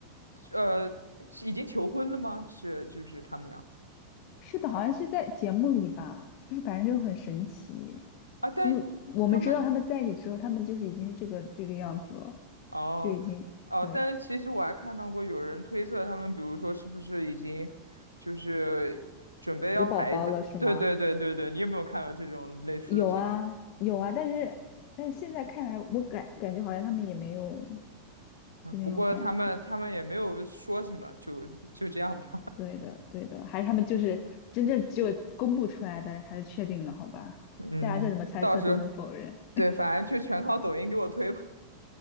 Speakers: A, on the right (about 90°); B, on the left (about 40°).
A: 呃，是已经求婚了吗？是，就是他们俩
B: 是的，好像是在节目里吧，就是反正就很神奇，
A: 啊，但他们
B: 就是我们知道他们在一起之后，他们就是已经是这个这个样子了，
A: 哦哦，
B: 就已经对
A: 但是其实我还看到过有人推测他们，比如说是不是已经就是准备要孩子？
B: 有宝宝了，是吗？
A: 对对对对对，你有没有看到这种类似的推测？
B: 有啊有啊，但是但是现在看来，我感感觉好像他们也没有
A: 嗯，
B: 就那种感觉。
A: 不过他们他们也没有说什么，就就这样吧。
B: 对的对的，还是他们就是真正只有公布出来的，他就确定了，好吧？
A: 嗯，
B: 大家再怎么猜测都能否认。
A: 倒是，对，反正就全靠抖音给我推吧。